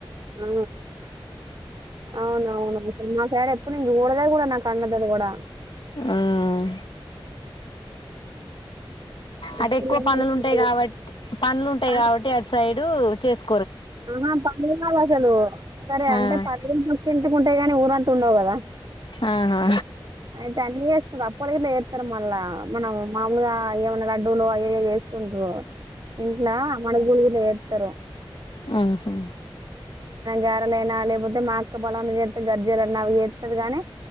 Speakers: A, on the right (about 50°); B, on the left (about 65°).
A: ఆ ఆ అవునవును మా సైడ్ ఎప్ ఇప్పుడు నీన్ చూడలే కూడా నాక్ అన్నదది కూడా
B: ఉమ్
A: ఎప్పుడు
B: అటు ఎక్కువ
A: ఏం
B: పనులు
A: చేసుకోరు.
B: ఉంటాయి. గావాట్ పనులు ఉంటాయి.
A: పం-
B: కాబట్టి ఆడ్ సైడ్ టు చేస్క్
A: ఆహా పండుగాదు అసలు సరే
B: ఆ
A: అంటే పండగలు నొక్కింటికుంటై గాని ఊరంత ఉండవు కదా
B: ఆహా
A: అయితే అన్నీ చేసుకురు. అప్పడి కూడా ఎట్ల తరు మళ్ళా మనం మామూలుగా ఏవన్నా లడ్డూలు అయ్యాయో చేసుకుంట్రు ఇంట్లా మనగునగుంట్ల చేస్తరు. తోహ్
B: హహు
A: గారలైనా లేకపోతే మా అక్క బొలన చేస్తే గర్జలు అన్నా అవి చేస్తది గానీ